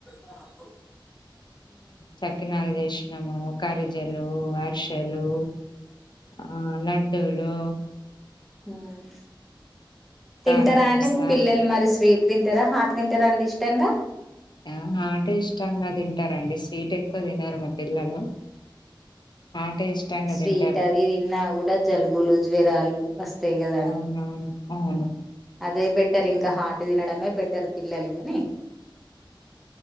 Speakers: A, in the centre; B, on the left.
A: ఆ పో
B: చక్కినాల్ చె చేషినాము కరిజలు అర్షెలూ ఆ లడ్డూలు
A: ఉమ్ తింటరా
B: కారపూస
A: అండి మీ పిల్లలు మరి స్వీట్ తింటరా హాట్ తింటరా అండి ఇష్టంగా
B: ఆ హాటే ఇష్టంగా తింటారంండి స్వీట్ ఎక్కువ తినరు మా పిల్లలు. హాటే ఇష్టంగా
A: స్వీట్
B: తింటారు
A: అది తిన్నా కూడ జలుబులు జ్వరాలు వస్తాయ్ కదా.
B: అవునవును అవును
A: అదే బెటర్ ఇంక హాట్ తినడమే బెటర్ పిల్లల కనీ